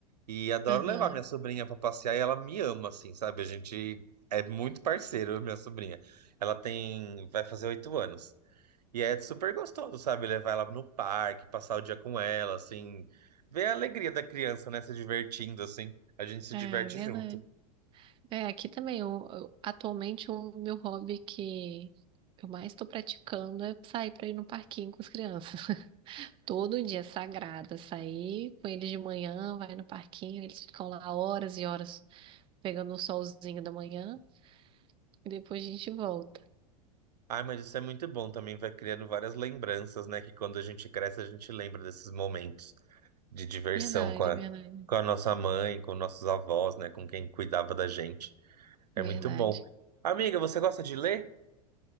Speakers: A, on the right; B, on the right.
A: E adoro
B: Aham.
A: levar minha sobrinha pra passear e ela me ama, assim, sabe? A gente é muito parceiro, minha sobrinha. Ela tem. Vai fazer oito anos. E é super gostoso, sabe? Levar ela no parque, passar o dia com ela, assim. Ver a alegria da criança, né? Se divertindo, assim. A gente se
B: É
A: diverte
B: verdade.
A: junto.
B: É, aqui também, eu- eu- atualmente o meu hobby que eu mais estou praticando é sair pra ir no parquinho com as crianças. <laughs> Todo dia é sagrado, sair com eles de manhã, vai no parquinho, eles ficam lá horas e horas pegando o solzinho da manhã e depois a gente volta.
A: Ai, mas isso é muito bom também. Vai criando várias lembranças, né? Que quando a gente cresce, a gente lembra desses momentos de diversão
B: Verdade,
A: com a,
B: verdade,
A: com a nossa mãe, com nossos avós, né? Com quem cuidava da gente. É
B: verdade.
A: muito bom. Amiga, você gosta de ler?